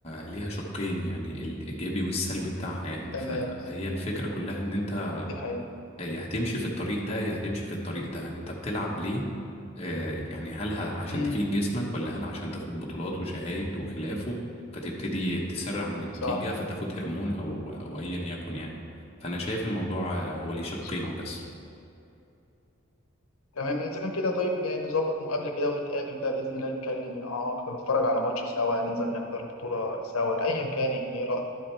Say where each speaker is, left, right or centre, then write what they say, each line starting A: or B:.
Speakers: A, on the left; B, on the left.
A: ليها شقين يعني الايجابي والسلبي بتاعها يعني
B: تمام
A: فهي الفكرة كلها ان انت
B: دي حقيقة
A: آه، يا هتمشي في الطريق ده يا هتمشي في الطريق ده انت بتلعب ليه آه يعني هل ه- عشان
B: امم
A: تفيد جسمك ولا هل عشان تاخد بطولات وشهايد وخلافه فتبتدي تسرع من النتيجة
B: صح
A: فتاخد هرمون او او ايا يكن يعني فانا شايف الموضوع آه، هو ليه شقين
B: صح
A: بس
B: تمام اذا كان كده طيب نظبط مقابلة كده ونتقابل بقى بإذن الله نتكلم اعمق ونتفرج على ماتش سوا ننزل نحضر بطولة سوا ايا كان يعني ايه رأيك؟